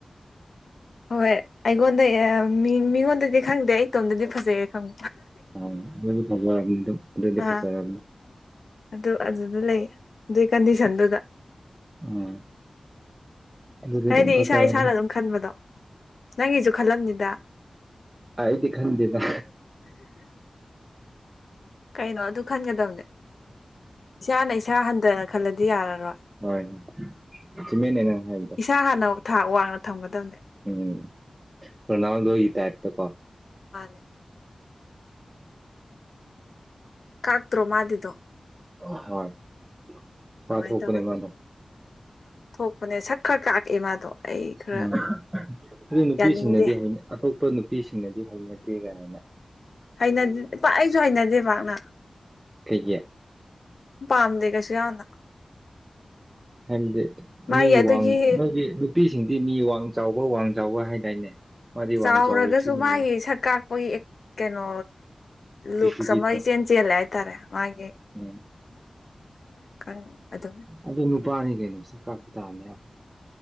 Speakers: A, on the left; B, on the right.
A: ꯍꯣꯏ ꯑꯩꯉꯣꯟꯗ ꯃꯤ ꯃꯤꯉꯣꯟꯗꯗꯤ ꯈꯪꯗꯦ ꯑꯩ ꯏꯇꯣꯝꯗꯗꯤ ꯐꯖꯩꯌꯦ ꯈꯪ
B: ꯐ ꯐ <unintelligible>
A: ꯑꯥ
B: <inaudible>
A: ꯑꯗꯨ ꯑꯗꯨꯗ ꯂꯩ ꯑꯗꯨꯏ ꯀꯟꯗꯤꯁꯟꯗꯨꯗ
B: ꯑꯥ ꯑꯗꯨꯗꯤ
A: ꯍꯥꯏꯗꯤ
B: ꯑꯗꯨꯝ ꯐꯖꯔꯕꯅꯤ
A: ꯏꯁꯥ ꯏꯁꯥꯅ ꯑꯗꯨꯝ ꯈꯟꯕꯗꯣ ꯅꯪꯒꯤꯁꯨ ꯈꯜꯂꯝꯅꯤꯗ
B: ꯑꯗꯤ ꯈꯟꯗꯗ
A: ꯀꯩꯅꯣ ꯑꯗꯨ ꯈꯟꯒꯗꯕꯅꯦ ꯏꯁꯥꯅ ꯏꯁꯥ ꯍꯟꯊꯅ ꯈꯜꯂꯗꯤ ꯌꯥꯔꯔꯣꯏ
B: ꯍꯣꯏ ꯆꯨꯝꯃꯦꯅꯦ ꯅꯪ ꯍꯥꯏꯕꯗꯣ
A: ꯏꯁꯥ ꯍꯥꯟꯅ ꯊꯥꯛ ꯋꯥꯡꯅ ꯊꯝꯒꯗꯕꯅꯦ
B: ꯎꯝ ꯄ ꯅꯎꯗꯣꯒꯇꯥꯏꯔ ꯇ ꯀꯣ
A: ꯃꯥꯅꯦ ꯀꯥꯥꯛꯇ꯭ꯔꯣ ꯃꯥꯗꯗꯨꯣ
B: ꯍ ꯋꯥ
A: ꯑꯗꯨꯃꯥꯏꯅ
B: ꯍꯒꯃꯅ
A: ꯇꯧꯒꯅ <unintelligible> <inaudible> ꯊꯣꯛꯄꯅꯦ ꯁꯛ ꯈꯔ ꯀꯥꯑꯦ ꯃꯥꯗꯣ ꯑꯩ ꯈꯔ
B: ꯎꯝ ꯑꯗꯨ ꯅꯨꯄꯤꯁꯤꯡꯅꯗꯤ
A: ꯌꯥꯅꯤꯡꯗꯦ
B: ꯍꯩꯅ ꯑꯇꯣꯞꯄ ꯅꯨꯄꯤꯁꯤꯡꯅꯗꯤ ꯍꯩꯅꯗꯦ ꯀ ꯍꯥꯏꯅ
A: ꯍꯩꯅ ꯏꯄꯥ ꯑꯩꯁꯨ ꯍꯩꯅꯗꯦꯕꯅ
B: ꯀꯩꯒꯤ
A: ꯄꯥꯝꯗ ꯀꯁ ꯍꯥꯏꯅ
B: ꯍꯟꯗꯦ
A: ꯃꯥꯒꯤ
B: ꯃꯤ
A: ꯑꯗꯨꯒꯤ
B: ꯋꯥꯡꯒꯤ ꯅꯨꯄꯤ ꯁꯤꯡꯗꯤ ꯃꯤ ꯋꯥꯡ ꯆꯥꯎꯕ ꯋꯥꯡ ꯆꯥꯎꯕ ꯍꯥꯏꯗꯥꯏꯅꯦ ꯃꯥꯗꯤ
A: ꯆꯥꯎꯔꯒꯁꯨ
B: ꯋꯥꯡ ꯆꯥꯎꯔꯦ ꯁꯤꯅꯦ
A: ꯃꯥꯒꯤ ꯁꯛ ꯀꯥꯛꯄꯒꯤ ꯀꯩꯅꯣ ꯂꯨꯛ
B: ꯔꯦꯀ꯭ꯋꯤꯖꯤꯠꯇꯣ
A: ꯁ ꯆꯦꯟꯦꯟꯁꯤꯂꯦ ꯍꯥꯏ ꯇꯔꯦ ꯃꯥꯦ
B: ꯎꯝ
A: ꯀ ꯑꯗꯨ ꯑꯗꯨꯝ
B: ꯑꯗꯨ ꯅꯨꯄꯥꯅꯤ ꯀꯩꯅꯣ ꯁꯛ ꯀꯥꯄ ꯇꯥꯔꯅꯦꯕ